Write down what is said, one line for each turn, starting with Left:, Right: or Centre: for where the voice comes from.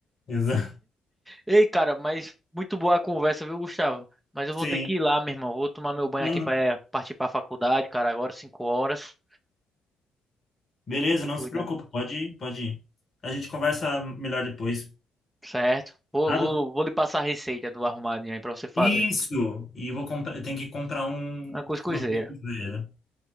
Left: Exato.
Centre: Ei, cara, mas muito boa a conversa, viu, Gustavo? Mas eu vou
Left: Sim.
Centre: ter que ir lá, meu irmão. Vou tomar meu banho
Left: Não,
Centre: aqui
Left: não.
Centre: para partir para a faculdade, cara. Agora, 5 horas.
Left: Beleza,
Centre: Tem que
Left: não
Centre: cuidar,
Left: se preocupe, pode ir, pode ir. A gente conversa melhor depois.
Centre: certo? Vou,
Left: Nada?
Centre: vou, vou lhe passar a receita do arrumadinho aí pra você fazer.
Left: Isso! E vou comprar, eu tenho que comprar um,
Centre: Uma cuscuzeira.
Left: uma costura.